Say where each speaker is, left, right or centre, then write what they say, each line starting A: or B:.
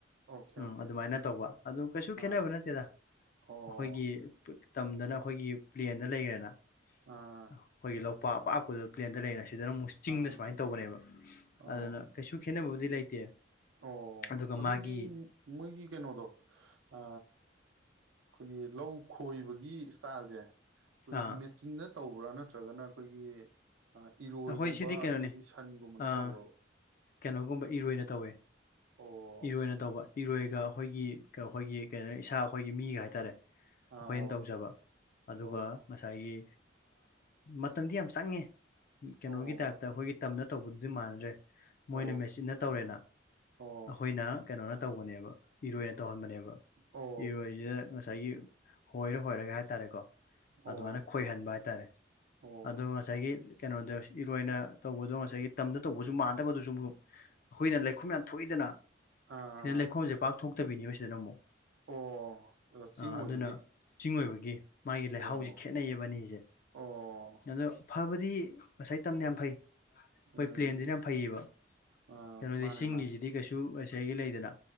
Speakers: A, on the right; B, on the left.
A: ꯑꯣꯀꯦ ꯑꯣꯀꯦ
B: ꯎꯝ ꯑꯗꯨꯃꯥꯏꯅ ꯇꯧꯕ ꯑꯗꯨ ꯀꯩꯁꯨ ꯈꯦꯠꯅꯕ
A: ꯑꯥ
B: ꯅꯠꯇꯦꯗ꯫
A: ꯑꯣ
B: ꯑꯩꯈꯣꯏꯒꯤ ꯇꯝꯗꯅ ꯑꯩꯈꯣꯏꯒꯤ ꯄ꯭ꯂꯦꯟꯗ ꯂꯩꯈ꯭ꯔꯦꯅ
A: ꯑꯥ꯫
B: ꯑꯩꯈꯣꯏꯒꯤ ꯂꯣꯛꯄꯥꯛ ꯑꯄꯥꯛꯄꯗ ꯄ꯭ꯂꯦꯟꯗ ꯂꯩꯅ ꯁꯤꯗꯅ ꯑꯃꯨꯛ ꯆꯤꯡꯗ
A: ꯑꯥ
B: ꯁꯨꯃꯥꯏꯅ ꯇꯧꯕꯅꯦꯕ
A: ꯑꯣ
B: ꯑꯗꯨꯅ ꯀꯩꯁꯨ ꯈꯦꯠꯅꯕꯕꯨꯗꯤ ꯂꯩꯇꯦ꯫
A: ꯑꯣ
B: ꯑꯗꯨꯒ
A: ꯑꯗꯨꯗꯤ
B: ꯃꯥꯒꯤ
A: ꯃꯣꯏꯒꯤ ꯀꯩꯅꯣꯗꯣ꯫ ꯑ ꯑꯩꯈꯣꯏꯒꯤ ꯂꯧ ꯈꯣꯏꯕꯒꯤ ꯏꯁꯇꯥꯏꯜꯁꯦ꯫ ꯑꯩꯈꯣꯏꯒꯤ
B: ꯑꯥ
A: ꯃꯦꯆꯤꯟꯗ ꯇꯧꯕ꯭ꯔꯥ ꯅꯠꯇ꯭ꯔꯒꯅ ꯑꯩꯈꯣꯏꯒꯤ ꯏꯔꯣꯏꯒꯨꯝꯕ
B: ꯑꯩꯈꯣꯏ ꯁꯤꯗꯤ ꯀꯩꯅꯣꯅꯤ
A: ꯑꯗꯒꯤ ꯁꯟꯒꯨꯝꯕꯅ
B: ꯑꯥ
A: ꯇꯧꯕ꯭ꯔꯕ꯫
B: ꯀꯩꯅꯣꯒꯨꯝꯕ ꯏꯔꯣꯏꯅ ꯇꯧꯋꯦ꯫
A: ꯑꯣ꯫
B: ꯏꯔꯣꯏꯅ ꯇꯧꯕ ꯏꯔꯣꯏꯒ ꯑꯩꯈꯣꯏꯒꯤ ꯑꯩꯈꯣꯏꯒꯤ ꯀꯩꯅꯣ ꯏꯁꯥ ꯑꯩꯈꯣꯏꯒꯤ ꯃꯤꯒ ꯍꯥꯏꯇꯥꯔꯦ꯫ ꯑꯩꯈꯣꯏꯅ
A: ꯑꯥ
B: ꯇꯧꯖꯕ꯫ ꯑꯗꯨꯒ
A: ꯑꯣ
B: ꯉꯁꯥꯏꯒꯤ ꯃꯇꯝꯗꯤ ꯌꯥꯝ ꯆꯪꯉꯦ꯫ ꯀꯩꯅꯣꯒꯤ
A: ꯑꯣ
B: ꯇꯥꯏꯞꯇ ꯑꯩꯈꯣꯏꯒꯤ ꯇꯝꯅ ꯇꯧꯕꯗꯨꯗꯤ ꯃꯥꯟꯅꯗ꯭ꯔꯦ꯫ ꯃꯣꯏꯅ
A: ꯑꯣ
B: ꯃꯦꯆꯤꯟꯅ ꯇꯧꯔꯦꯅ
A: ꯑꯣ
B: ꯑꯩꯈꯣꯏꯅ꯫ ꯀꯩꯅꯣꯅ ꯇꯧꯕꯅꯦꯕ ꯏꯔꯣꯏꯅ ꯇꯧꯍꯟꯕꯅꯦꯕ
A: ꯑꯣ ꯑꯣ
B: ꯏꯔꯣꯏꯁꯤꯗ ꯉꯁꯥꯏ ꯉꯁꯥꯏꯒꯤ ꯍꯣꯏꯔꯦ ꯍꯣꯏꯔꯒ ꯍꯥꯏ ꯍꯥꯏꯇꯥꯔꯦꯀꯣ
A: ꯑꯣ
B: ꯑꯗꯨꯃꯥꯏꯅ ꯈꯣꯏꯍꯟꯕ ꯍꯥꯏꯇꯥꯔꯦ
A: ꯑꯣ
B: ꯑꯗꯣ ꯉꯁꯥꯏꯒꯤ ꯀꯩꯅꯣꯗ ꯏꯔꯣꯏꯅ ꯇꯧꯕꯗꯣ ꯉꯁꯥꯏꯒꯤ ꯇꯝꯗ ꯇꯧꯕꯁꯨ ꯃꯥꯟꯅꯗꯕꯗꯨꯁꯨ ꯑꯩꯈꯣꯏꯅ ꯂꯩꯈꯣꯝ ꯌꯥꯝ ꯊꯣꯛꯏꯗꯅ
A: ꯑꯥ
B: ꯁꯤꯅ ꯂꯩꯈꯣꯝꯁꯦ ꯄꯥꯛꯊꯣꯛꯇꯕꯤꯅꯦꯕ ꯁꯤꯗꯅ ꯑꯃꯨꯛ
A: ꯑꯣ ꯆꯤꯡ
B: ꯑ
A: ꯑꯣꯏꯕꯒꯤ
B: ꯑꯗꯨꯅ ꯆꯤꯡ ꯑꯣꯏꯕꯒꯤ ꯃꯥꯒꯤ ꯂꯩꯍꯥꯎꯁꯦ
A: ꯑꯣ
B: ꯈꯦꯠꯅꯩꯌꯦꯕꯅꯤꯁꯦ
A: ꯑꯣ
B: ꯑꯗꯣ ꯐꯕꯗꯤ ꯉꯁꯥꯏ ꯇꯝꯅ ꯌꯥꯝ ꯐꯩ
A: ꯎꯝ
B: ꯍꯣꯏ ꯄ꯭ꯂꯦꯟꯖꯤꯅ ꯐꯩꯌꯦꯕ
A: ꯑꯥ
B: ꯀꯩꯅꯣꯗꯤ
A: ꯃꯥꯅꯦ
B: ꯆꯤꯡꯒꯤꯁꯤꯗꯤ
A: ꯃꯥꯅꯦ
B: ꯀꯩꯁꯨ ꯉꯁꯥꯏꯒꯤ ꯂꯩꯗꯅ